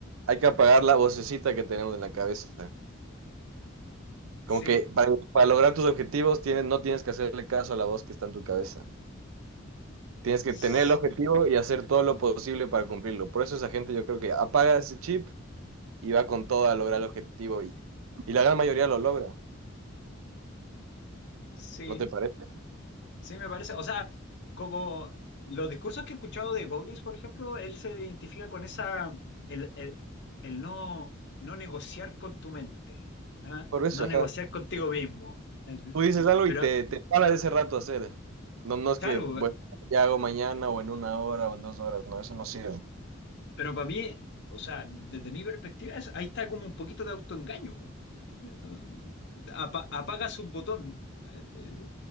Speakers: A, on the right (about 85°); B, on the left (about 60°).
A: hay que apagar la vocecita que tenemos en la cabeza.
B: Sí,
A: Como que para, para lograr tus objetivos tienes, no tienes que hacerle caso a la voz que está en tu cabeza. Tienes que
B: s-
A: tener el objetivo y hacer todo lo posible para cumplirlo. Por eso esa gente yo creo que apaga ese chip y va con todo a lograr el objetivo y, y la gran mayoría lo logra,
B: sí,
A: ¿no te parece?
B: sí, me parece. O sea, como los discursos que he escuchado de Goggins, por ejemplo, él se identifica con esa, el, el, el no, no negociar con tu mente, ¿ah?
A: Por eso,
B: No negociar
A: ajá.
B: contigo mismo. El-
A: Tú dices algo
B: Pero,
A: y te, te para ese rato a hacer. No, no es
B: claro,
A: que, bueno, ya hago mañana o en una hora o en dos horas, no, eso no sirve.
B: Pero para mí, o sea, desde mi perspectiva, es- ahí está como un poquito de autoengaño. po, ¿Me entiendes? No- apa- apagas un botón, eh, eh,